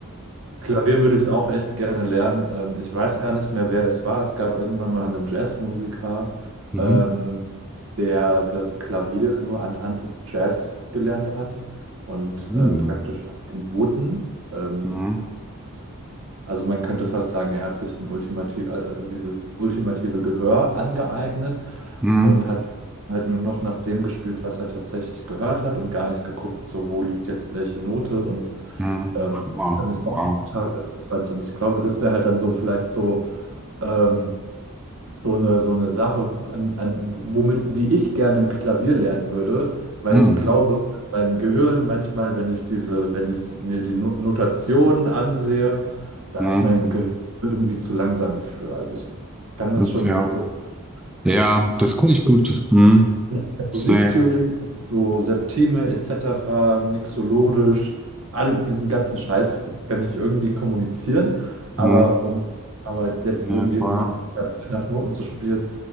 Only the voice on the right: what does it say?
Klavier würde ich auch echt gerne lernen. Ähm, ich weiß gar nicht mehr, wer es war. Es gab irgendwann mal einen Jazzmusiker.
Ähm, der das Klavier nur anhand des Jazz gelernt hat und äh,
praktisch an den Noten, ähm,
also man könnte fast sagen, er hat sich ein ultimativ, äh, äh, dieses ultimative Gehör angeeignet
und hat halt nur noch nach dem gespielt, was er tatsächlich gehört hat und gar nicht geguckt, so wo liegt jetzt welche Note und
ähm,
das fand ich
auch total interessant und ich glaube, das wäre halt dann so vielleicht so ähm, so eine, so eine Sache, an, an, womit, wie ich gerne ein Klavier lernen würde, weil
ich glaube, mein Gehirn manchmal, wenn ich diese, wenn ich mir die No- Notationen ansehe, da
ist mein Gehirn irgendwie zu langsam für. Also ich kann das
schon auch.
In der
Musiktheorie, so Septime etc., mixologisch, all diesen ganzen Scheiß kann ich irgendwie kommunizieren, aber
um, aber jetzt
irgendwie,
um nach Noten zu spielen,